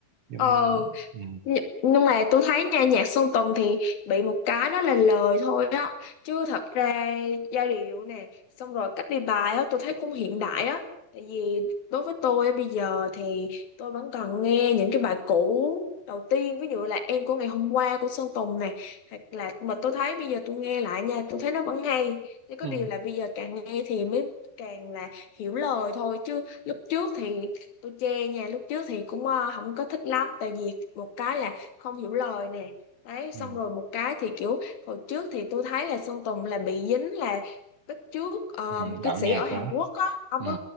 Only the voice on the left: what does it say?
Ờ.
Nh- nhưng mà tôi thấy nha nhạc Sơn Tùng thì bị một cái đó là lời thôi á chứ thật ra giai điệu nè xong rồi cách đi bài á tôi thấy cũng hiện đại á tại vì đối với tôi á, bây giờ thì tôi vẫn còn nghe những cái bài cũ đầu tiên ví dụ là em của ngày hôm qua của Sơn Tùng này hoặc là mà tôi thấy bây giờ tôi nghe lại nha tôi thấy nó vẫn hay chỉ có
điều là bây giờ càng nghe thì mới càng là hiểu lời thôi chứ lúc trước thì tôi chê nha lúc trước thì cũng ờ, không có thích lắm tại vì một cái là không hiểu lời nè đấy
xong rồi một cái thì kiểu hồi trước thì tôi thấy là Sơn Tùng là bị dính là bắt chước ờ,
một
cái sĩ
ở Hàn
Quốc á ông
có